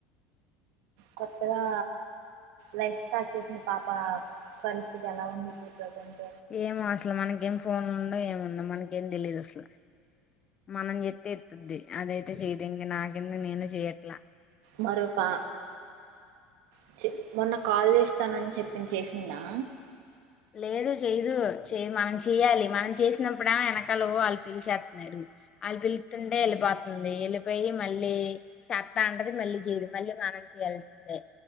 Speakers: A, on the right; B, on the left.
A: కొత్తగా లైఫ్ స్టార్ట్ చేసిన పాప పరిస్థితి ఎలా ఉంది ఇప్పుడు ప్రజంట్
B: ఏమో అసలు మనకేం ఫోన్ ఉండవు ఏముండవు మనకేం తెలీదసల మనం జెత్తే తుద్ది అదైతే చెయ్దింక నాకింద నేను చెయ్యట్లా
A: మరో పా ఇచ్ మొన్న కాల్ చేస్తానని చెప్ <unintelligible> చేసిందా
B: లేదు చేయ్యదు చే మనం చెయ్యాలి మనం చేసినప్పుడు వెనకాల ఓ వాళ్ళు పిలిచేస్తాన్నరు వాళ్ళు పిలుత్తుంటే వెళ్ళిపోతుంది వెళ్ళిపోయి మళ్ళీ చేత్తా అంటది మళ్ళీ చేయదు మళ్ళీ మనం చేయాల్సిందే